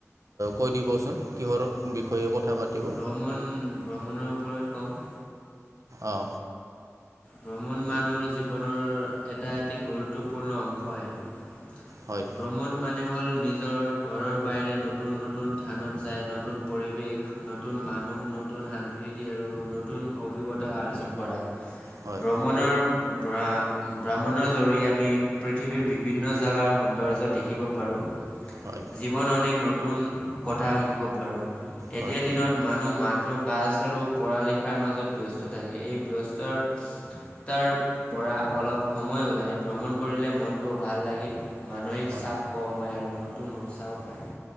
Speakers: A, on the right; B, on the left.
A: কৈ দিবচোন। কিহৰ বিষয়ে কথা পাতিব
B: ভ্ৰমণ, ভ্ৰমণৰ ওপৰত ক'ম।
A: অ'।
B: ভ্ৰমণ মানুহৰ জীৱনৰ এটা এটি গুৰুত্বপূৰ্ণ অংশ হয়।
A: হয়
B: ভ্ৰমণ ম হল নিজৰ ঘৰৰ বাহিৰে নতুন-নতুন থানত যায় নতুন পৰিৱেশ, নতুন ম মানুহ, নতুন সাস্কৃতি, আৰু নতুন অভিজ্ঞতা আৰ্জন কৰা।
A: হয়
B: ভ্ৰমণৰ, ভ্ৰমণৰ জৰিয় আমি পৃথিৱীৰ বিভিন্ন জেগাৰ সুন্দৰ <unintelligible> দেখিব পাৰো।
A: হয়
B: জীৱন অনেক নতুন কথা শিকিব পাৰো।
A: হয়
B: এতিয়া দিনত মানুহ মাত কাজ আৰু পঢ়া লিখাৰ মাজত ব্যস্ত থাকে। এই ব্যস্ত তাৰ পৰা অলপ সময় ওলাই ভ্ৰমণ কৰিলে মনটো ভাল লাগে। মানসিক
A: হয়
B: চাপ কম হয় আৰু নতুন উৎসাহ পায়।